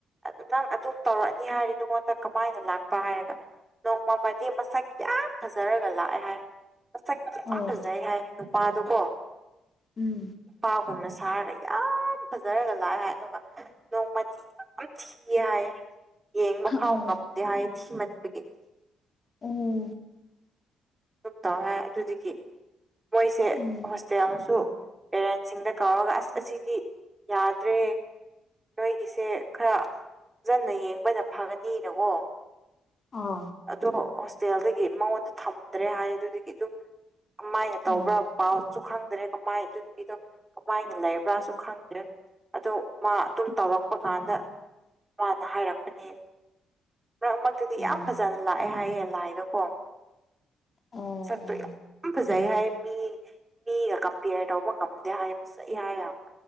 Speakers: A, on the right; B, on the left.
A: ꯑꯗꯨ ꯅꯪ ꯑꯗꯨꯝ ꯇꯧꯔꯛꯑꯅꯤ ꯍꯥꯏꯔꯤ ꯅꯉꯣꯟꯗ ꯀꯃꯥꯏꯅ ꯂꯥꯛꯄ ꯍꯥꯏꯔꯒ ꯅꯣꯡꯃꯃꯗꯤ ꯃꯁꯛ ꯌꯥꯝ ꯌꯥꯝ ꯐꯖꯔꯒ ꯂꯥꯛꯑꯦ ꯍꯥꯏ ꯃꯁꯛ ꯀꯌꯥꯝ
B: ꯑꯣ
A: ꯐꯖꯥꯏ ꯍꯥꯏ ꯅꯨꯄꯥꯗꯣ ꯀꯣ
B: ꯎꯝ
A: ꯏꯄꯥꯒꯨꯝꯅ ꯁꯥꯔꯒ ꯌꯥꯝ ꯐꯖꯔꯒ ꯂꯥꯛꯑꯦ ꯍꯥꯏ ꯑꯗꯨꯒ ꯅꯣꯡꯃꯗꯤ ꯌꯥꯝ ꯊꯤꯌꯦ ꯍꯥꯏꯌꯦ ꯌꯦꯡꯕ ꯐꯥꯎ
B: ꯑꯣ
A: ꯉꯝꯗꯦ ꯍꯥꯏ ꯊꯤꯃꯟꯕꯒꯤ
B: ꯑꯣꯝ
A: ꯑꯗꯨꯝ ꯇꯧꯍꯦ ꯑꯗꯨꯗꯒꯤ ꯃꯣꯏꯁꯦ
B: ꯎꯝ
A: ꯍꯣꯁꯇꯦꯜꯁꯨ ꯄꯦꯔꯦꯟꯁꯤꯡꯗ ꯀꯧꯔꯒ ꯑꯁ ꯑꯁꯤꯗꯤ ꯌꯥꯗ꯭ꯔꯦ ꯅꯣꯏꯒꯤꯁꯦ ꯈꯔ ꯐꯖꯟꯅ ꯌꯦꯡꯕꯅ ꯐꯒꯅꯤꯅꯀꯣ
B: ꯑꯣ ꯑꯣ
A: ꯑꯗꯣ ꯍꯣꯁꯇꯦꯜꯗꯒꯤ ꯃꯉꯣꯟꯗ ꯊꯝꯗ꯭ꯔꯦ ꯍꯥꯏ ꯑꯗꯨꯗꯒꯤ ꯑꯗꯨꯝ ꯀꯃꯥꯏꯅ ꯇꯧꯕ꯭ꯔꯥ
B: ꯑꯣ
A: ꯄꯥꯎꯁꯨ ꯈꯪꯗ꯭ꯔꯦ ꯀꯃꯥꯏꯅ ꯑꯗꯨꯅ ꯄꯤꯗ ꯀꯃꯥꯏꯅ ꯂꯩꯕ꯭ꯔꯥꯁꯨ ꯈꯪꯗꯦ ꯑꯗꯣ ꯃꯥ ꯑꯗꯨꯝ ꯇꯧꯔꯛꯄ ꯀꯥꯟꯗ ꯃꯥꯅ ꯍꯥꯏꯔꯛꯄꯅꯦ ꯃꯔꯛ ꯃꯔꯛꯇꯗꯤ
B: ꯑꯣ
A: ꯌꯥꯝ ꯐꯖꯅ ꯂꯥꯛꯑꯦ ꯍꯥꯏꯌꯦ ꯂꯥꯏꯗꯀꯣ
B: ꯑꯣ ꯑꯣ
A: ꯆꯛꯇꯣ ꯌꯥꯝ ꯐꯖꯩ ꯍꯥꯏ ꯃꯤ ꯃꯤꯒ ꯀꯝꯄꯦꯌꯔ ꯇꯧꯕ ꯉꯝꯗꯦ ꯍꯥꯏꯕꯁ ꯌꯥꯏ ꯌꯥꯝꯕ